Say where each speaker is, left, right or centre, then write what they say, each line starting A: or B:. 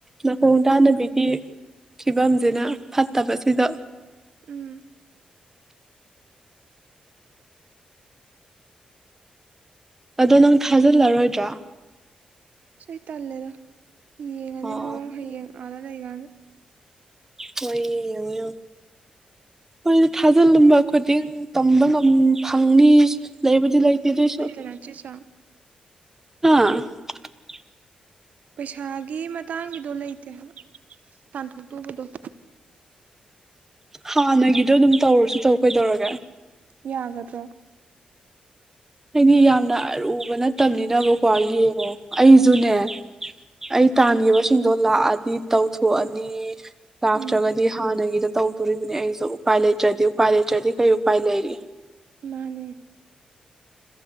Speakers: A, on the right (about 15°); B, on the right (about 70°).
A: ꯅꯀꫭꯡ ꯇꯥꯅꯕꯤꯒꯤ ꯐꯤꯕꯝꯖꯤꯅꯥ ꯐꯠꯇꯕꯁꯤꯗ
B: ꯎꯝ
A: ꯑꯗꯣ ꯅꯪ ꯊꯥꯖꯜꯂꯔꯣꯏꯗ꯭ꯔꯣ
B: ꯑꯁ ꯑꯩ ꯇꯜꯂꯦꯗ ꯌꯦꯡꯉꯅꯤ
A: ꯑꯣ
B: ꯃꯑꯣꯡ ꯍꯌꯦꯡ ꯑꯗꯥ ꯂꯩꯀꯥꯟ
A: ꯍꯣꯏ ꯌ‌ꯦꯡꯉ‌ꯣ ꯍꯣꯏꯅ ꯊꯥꯖꯤꯜꯂꯝꯕ ꯈꯨꯗꯤꯡ ꯇꯝꯕ ꯉꯝ ꯐꯪꯅꯤ ꯂꯩꯕꯨꯗꯤ ꯂꯩꯇꯦ ꯑꯗꯨꯑꯣꯏꯁꯨ
B: ꯑꯌꯥ ꯆ‌ꯦ ꯆꯥꯡ
A: ꯍꯥ
B: ꯄꯩꯁꯥꯒꯤ ꯃꯇꯥꯡꯒꯤꯗꯣ ꯂꯩꯇꯦ ꯍꯥꯏꯕ ꯇꯥꯟꯊꫭꯛꯇꯧꯕꯗꫭ
A: ꯍꯥꯟꯅꯒꯤꯗꯣ ꯑꯗꯨꯝ ꯇꯧꯔꯁꯨ ꯇꯧ ꯀꯩꯗꯧꯔꯒꯦ
B: ꯌꯥꯒꯗ꯭ꯔꯣ
A: ꯍꯥꯏꯗꯤ ꯌꯥꯝꯅ ꯑꯔꯨꯕ ꯅꯠꯇꯝꯅꯤꯅꯕꯀꯣ ꯌꯦꯡꯉꯣ ꯑꯩꯖꯨꯅꯦ ꯑꯩ ꯇꯥꯟꯈꯤꯕꯁꯤꯡꯗꯣ ꯂꯥꯛꯑꯗꯤ ꯇꯧꯊꯣꯛꯑꯅꯤ ꯂꯥꯛꯇ꯭ꯔꯒꯗꯤ
B: ꯎꯝ
A: ꯍꯥꯟꯅꯒꯤꯗ ꯇꯧꯗꯣꯔꯤꯕꯅꯤ ꯑꯩ ꯁꯨ ꯎꯄꯥꯏ ꯂꯩꯇ꯭ꯔꯗꯤ ꯎꯄꯥꯏ ꯂꯩꯇ꯭ꯔꯗꯤ ꯀꯩ ꯎꯄꯥꯏ ꯂꯩꯔꯤ
B: ꯃꯥꯅꯦ